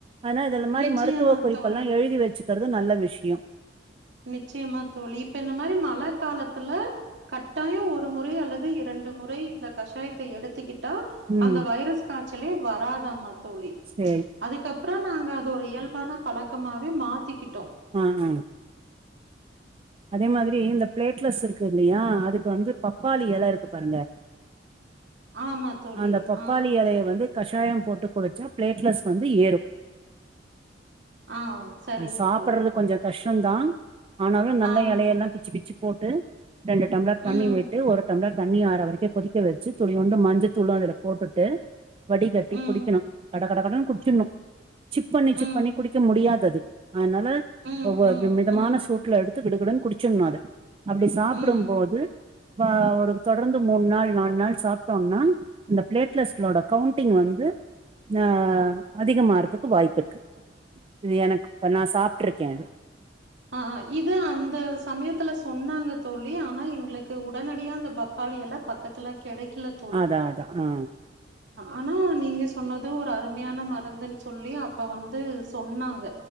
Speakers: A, on the right; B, on the right.
A: ஆனா இதுல மாரி
B: நிச்சயமா
A: மருத்துவ குறிப்பெல்லா
B: தோழி
A: எழுதி வெச்சுக்கறது நல்ல விஷ்யொ
B: நிச்சயமா தோழி இப்ப இந்த மாரி மழ காலத்துல கட்டாயொ ஒரு முறை அல்லது இரண்டு முறை இந்த கஷாயத்த எடுத்துக்கிட்டா
A: ம்
B: அந்த வைரஸ் காச்சலே வராதாமா தோழி
A: சேரி
B: அதுக்கப்றொ நாங்க அது ஒரு இயல்பான பழக்கமாவே மாத்திகிட்டோ
A: ஆ அ அதே மாதிரி இந்த பிளேட்லஸ் இருக்கு இல்லயா அதுக்கு வந்து பப்பாளி எல இருக்கு பாருங்க
B: ஆமா தோழி
A: அந்த பப்பாளி
B: ஆ
A: எலைய வந்து கஷாயம் போட்டு குடிச்சா பிளேட்லட்ஸ் வந்து ஏறு
B: ஆ சரிங்க
A: அத சாப்பட்றது
B: தோழி
A: கொஞ்சொ கஷ்ட்டோந்தா ஆனாலு நல்ல
B: ஆ
A: எலையெல்லா பிச்சி பி ச்சி போட்டு ரெண்டு டம்ளர் தண்ணி
B: ம்
A: விட்டு ஒரு டம்ளர் தண்ணி ஆற வரைக்கு கொதிக்க வச்சி துளியூண்டு மஞ்ச தூளு அதுல போட்டுட்டு வடிகட்டி
B: ம்,
A: குடிக்கணு கட கட கடன் குடிச்சிட்னு சிப் பண்ணி
B: ம்,
A: சிப் பண்ணி குடிக்க முடியாது அது அதனால
B: ம்,
A: ஒவ்வொ
B: ம்,
A: வி மிதமான
B: ம்,
A: சூட்ல எடுத்து கிடு கிடுன் குடிச்சின்னு அத அப்டி சாப்டும்போது
B: ம்.
A: வா ஒரு தொடர்ந்து மூண் நாள் நால் நாள் சாப்ட்டோம்னா இந்த பிளேட்லஸ்ட்லோட கவ்ண்டிங் வந்து ஆ அதிகமாறதுக்கு வாய்ப்பிருக்கு இது எனக்கு இப்ப நா சாப்ட்டுருக்கே
B: ஆ இது அந்த சமயத்துல சொன்னாங்க தோழி ஆனா எங்களுக்கு உடனடியா அந்த பப் பப்பாளியெல்லா பக்கத்துல கெடைக்கல த்
A: அதா அதா ஆ
B: ஆனா நீங்க சொன்னதூ ஒரு அருமையான மருந்துன் சொல்லி அப்போ வந்து சொன்னாங்க